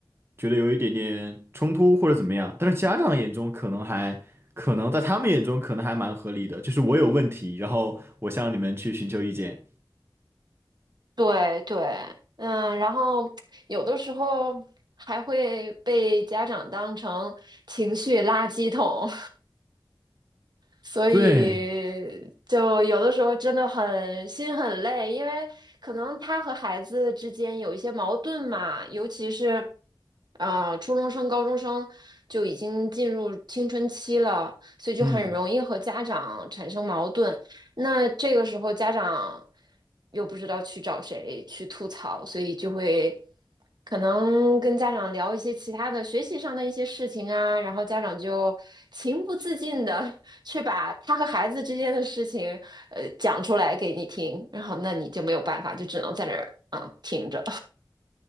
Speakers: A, on the right; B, on the right.
A: 觉得有一点点冲突或者怎么样，但是家长眼中可能还可能在他们眼中可能还蛮合理的，就是我有问题，然后我向你们去寻求意见。
B: <laughs> 对对，嗯，然后有的时候还会被家长当成情绪垃圾桶，所以就有的时候真的很心很累，
A: 对，
B: 因为可能他和孩子之间有一些矛盾嘛，尤其是，啊、初中生、高中生就已经进入青春期了，所以就很容易和家长产生矛盾。
A: 嗯。
B: 那这个时候家长又不知道去找谁去吐槽，所以就会可能跟家长聊一些其他的学习上的一些事情啊，然后家长就情不自禁的 <laughs> 去把他和孩子之间的事情呃讲出来给你听，然后那你就没有办法，就只能在那儿嗯听着。